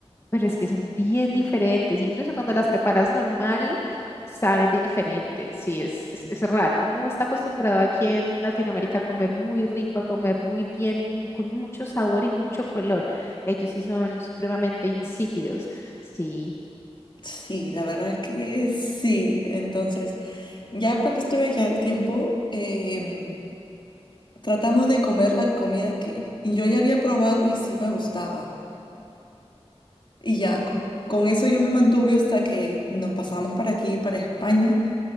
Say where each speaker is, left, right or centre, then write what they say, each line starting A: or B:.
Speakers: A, on the left; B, on the left.
A: pero es que son bien diferentes. Incluso cuando las preparas normal, saben diferentes. Sí, es, es,
B: Bien.
A: es raro. Uno está acostumbrado aquí en Latinoamérica a comer muy rico, a comer muy bien, mu- con mucho sabor y mucho color. Ellos sí son supremamente insípidos. Sí,
B: Sí, la verdad es que sí. Entonces, ya cuando estuve ya el tiempo, em, tratamos de comer la comida que y yo ya había probado y sí me gustaba. Y ya,
A: ok.
B: con, con eso yo me mantuve hasta que nos pasamos para aquí, para España.